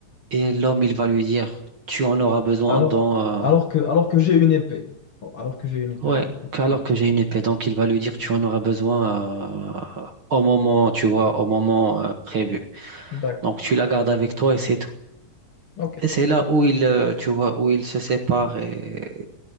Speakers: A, on the right; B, on the left.
A: Et l'homme, il va lui dire tu en auras besoin
B: Alors,
A: dans
B: alors
A: euh,
B: que, alors que j'ai une épée. Oh, Alors que j'ai une épée,
A: ouais.
B: ouais.
A: Alors
B: Ouais.
A: que j'ai une épée, donc il va lui dire tu en auras besoin euh, au moment, tu vois, au moment euh, prévu.
B: D'accord.
A: Donc tu la gardes avec toi et c'est tout.
B: Ok.
A: Et c'est là où il, euh, tu vois, où il se sépare et